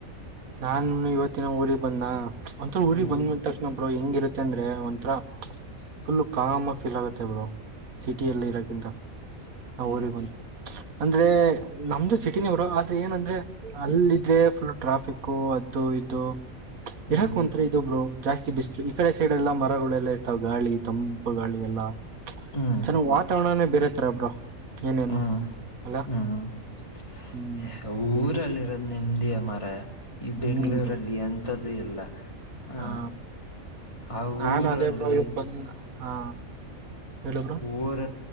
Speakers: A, on the right; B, on the left.
A: ನಾನು ಇವತ್ತಿನ ಊರಿಗೆ ಬಂದನಾ ಒಂಥ ಊರಿಗೆ
B: ಹ್ಮ್
A: ಬಂದ ತಕ್ಷಣ. ಬ್ರೋ ಹೆಂಗಿ ಇರುತ್ತ ಅಂದ್ರೆ ಒಂಥರ. ಫುಲ್ಲು ಕಾಮ ಫೀಲ್ ಆಗತ್ತೆ ಬ್ರೋ ಸಿಟಿ ಅಲ್ಲಿ ಇರೋಕ್ಕಿಂತ. ಹ
B: ಹ್ಮ್
A: ಊರಿ ಬಂತ ಅಂದ್ರೆ ನಮ್ದು ಸಿಟಿ ನೆ ಬ್ರೋ ಆ ಮತ್ತೆ ಏನಂದ್ರೆ ಅಲ್ಲ ಇದ್ರೆ ಫುಲ್ ಟ್ರಾಫಿಕ್ ಅದು ಇದು.
B: ಹ್ಮ್
A: ಯಾಕ್ ಒಂತರ ಇದು ಬ್ರೋ ಜಾಸ್ತಿ ಬಿಸ್. ಈ ಕಡೆ ಸೈಡೆಲ್ಲ ಮರಗಳೆಲ್ಲ ಇರ್ತಾವ ಗಾಳಿ ತಂಪು ಗಾಳಿ ಎಲ್ಲಾ.
B: ಹ್ಮ್
A: ಚಲೋ ವಾತಾವರಣನೇ ಬೇರೆ ತರ ಬ್ರೋ. ಏನೇನು
B: ಹ್ಮ್
A: ಅಲ್ಲ
B: ಹ್ಮ್.
A: ಹ್ಮ್
B: <unintelligible> ಊರ ಅಲ್ಲಿ ಇರೋದ ನೆಮ್ಮದಿಯ ಮಾರಾಯ. ಈ
A: ಹ್ಮ್
B: ಬೆಂಗ್ಗಳೂರಲ್ಲಿ
A: ಬ್ರೋ
B: ಎಂತದ್ದು ಇಲ್ಲ ಹ.
A: ಹಾ
B: ಆ
A: ನಾನು
B: ಊರಲ್ಲಿ.
A: ಅದೇ ಬ್ರೋ ಇವತ್ ಬಂದ್ ಹಾ ಹೇಳು ಬ್ರೋ
B: ಊರ